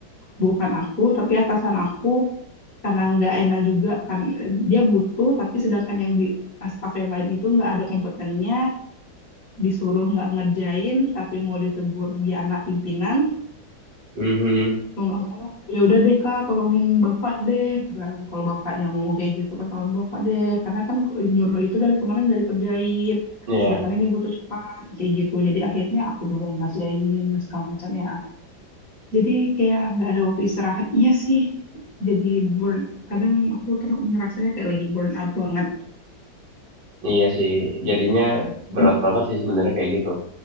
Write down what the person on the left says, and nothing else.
bukan aku tapi atasan aku karena nggak enak juga kan eh, dia butuh tapi sedangkan yang di staf yang lain itu nggak ada kompetennya disuruh nggak ngerjain tapi mau ditegur di anak pimpinan
mau nggak mau ya udah deh kak tolongin bapak deh Kata aku, kalau bapaknya ngomong kayak gitu kan tolong bapak deh karena kan nyuruh itu dari kemarin nggak dikerjain
sedangkan ini butuh cepat kayak gitu jadi akhirnya aku juga yang ngerjain segala macam ya jadi kayak nggak ada waktu istirahat iya sih jadi burn kadang aku ter ngerasanya kayak lagi burn out banget
Hmm,